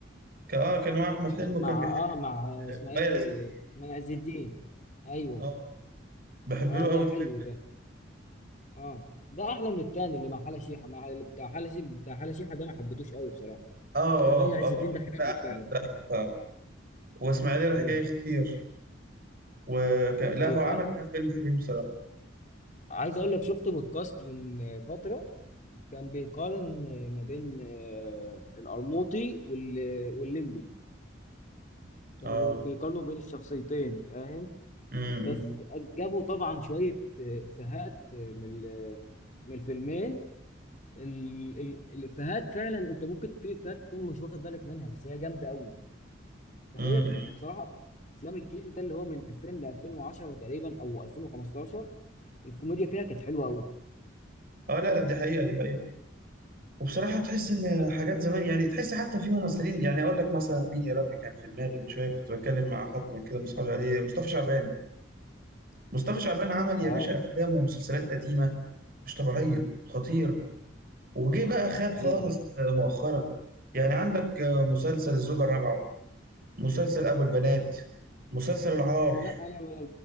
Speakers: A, on the right; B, on the left.
A: كان اه كان مع احمد حلمي
B: آه،
A: وكان
B: مع
A: بيحب
B: اه مع اسمها ايه
A: مي عز الدين
B: مع عز الدين ايوه
A: اه بحب
B: اه
A: له قوي
B: ده
A: الفيلم
B: حلو
A: ده
B: ده اه ده احلى من التاني اللي مع حلا شيحه مع اللي بتاع حلا شيحه بتاع حلا شيحه ده ما حبيتهوش قوي بصراحه
A: اه
B: بتاع
A: اه
B: مي عز
A: اه
B: الدين
A: بس
B: ده حلو
A: ده احلى
B: فعلا
A: ده احلى فعلا واسماعيليه راح
B: اه
A: جاي خطير وكان لا
B: ايوه
A: هو عمل
B: ع-
A: كام فيلم حلوين بصراحه
B: عايز اقول لك شفت بودكاست من آه، فتره كان بيقارن آه، ما بين آه، القرموطي وال والليمبي كانوا
A: اه
B: بي- بيقارنوا بين الشخصيتين فاهم
A: امم
B: بس جابوا طبعا شويه آه، افيهات آه، من ال- من الفيلمين ال- ال- الافيهات فعلا انت ممكن في افيهات تكون مش واخد بالك منها بس هي جامده قوي فهي
A: امم
B: بصراحه افلام الجيل ده اللي هو من 2000 ل 2010 تقريبا او 2015 الكوميديا فيها كانت حلوه قوي
A: اه لا لا دي حقيقة دي حقيقة وبصراحة تحس ان حاجات زمان يعني تحس حتى في ممثلين يعني اقول لك مثلا مين يا ربي كان في دماغي من شوية كنت بتكلم مع حد من كده من اصحابي عليه مصطفى شعبان مصطفى شعبان عمل يا
B: اه
A: باشا افلام ومسلسلات قديمة مش طبيعية خطيرة وجه بقى خاب خالص
B: ايوه
A: آه، مؤخرا يعني عندك آه، مسلسل الزوجة الرابعة مسلسل ابو البنات مسلسل العار
B: لا انا ما